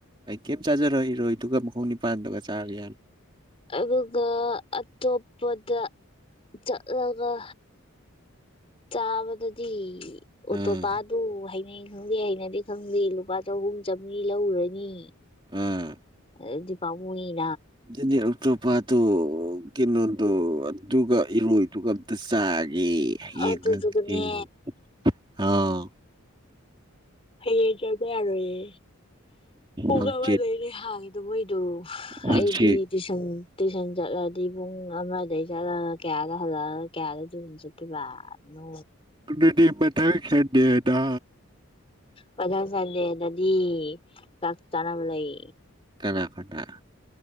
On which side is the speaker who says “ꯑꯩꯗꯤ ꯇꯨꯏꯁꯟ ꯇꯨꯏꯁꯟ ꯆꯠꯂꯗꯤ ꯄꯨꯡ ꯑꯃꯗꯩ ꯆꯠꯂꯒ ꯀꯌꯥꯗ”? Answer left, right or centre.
Left